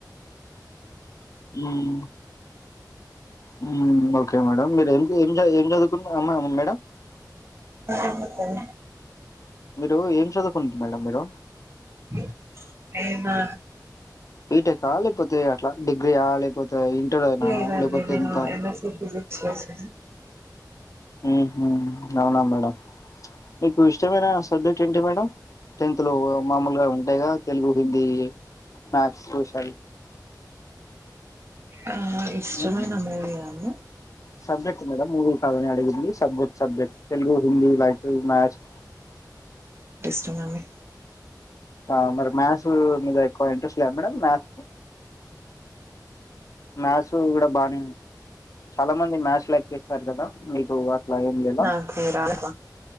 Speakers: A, on the left; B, on the right.
A: హ్మ్మ్ హ్మ్మ్ ఓకే మేడం మీరు ఏం ఏం చదువుకున్నమ్ మేడం
B: అ చెప్ప
A: మీరు ఏం చదువుకుంటూరు మేడం మీరు
B: అ ఏ బా
A: బీటెకా లేకపోతే అట్లా డిగ్రీ ఆ లేకపోతే ఇంటర్ అయినా
B: లేదండి
A: లేకపోతే
B: నేను
A: ఎంత
B: ఎంఎస్సి ఫిజిక్స్ చేశాను
A: ఉహు అవునా మేడం ఇ ఇష్టమైన సబ్జెక్ట్ ఏంటి మేడం టెన్త్లో మామూలుగా ఉంటాయి కద తెలుగు హిందీ మ్యాథ్స్ సోషల్
B: ఆ ఇష్టమైన
A: హ్మ్
B: మూవీ ఆ అండి
A: సబ్జెక్ట్ మీద మూవీ కాదని అడిగింది. Subject subject Telugu Hindi like maths
B: చెయ్యన్నీ
A: ఆ మరి మ్యాస్ ఉ మీద ఎక్కువ ఇంట్రెస్ట్ లేద మేడం మ్యాథకు మ్యాథ్స్ కూడా బాగానే ఉ చాలా మంది మ్యాథ్స్ లైక్ చేస్తారు కదా మీకు అట్లా ఏం లేదా
B: నాకు రాదబ్బా